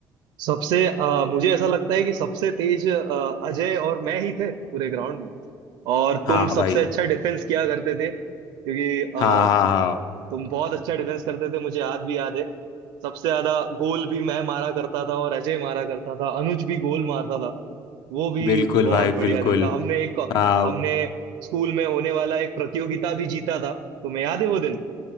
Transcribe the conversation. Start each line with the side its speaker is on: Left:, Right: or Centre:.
Right: सबसे अ, मुझे ऐसा लगता है कि सबसे तेज अ, अजय और मैं ही थे पूरे ग्राउंड में और तुम
Left: हाँ
Right: सबसे
Left: भाई
Right: अच्छा डिफेंस किया करते थे क्योंकि अ,
Left: हाँ हाँ हाँ
Right: तुम बहुत अच्छा डिफेंस करते थे मुझे याद भी याद है सबसे ज्यादा गोल भी मैं मारा करता था और अजय मारा करता था अनुज भी गोल मारता था वो भी
Left: बिल्कुल
Right: बहुत
Left: भाई
Right: बढ़िया
Left: बिल्कुल
Right: दिन था हमने एक
Left: हाँ
Right: हमने स्कूल में होने वाला एक प्रतियोगिता भी जीता था तुम्हें याद है वो दिन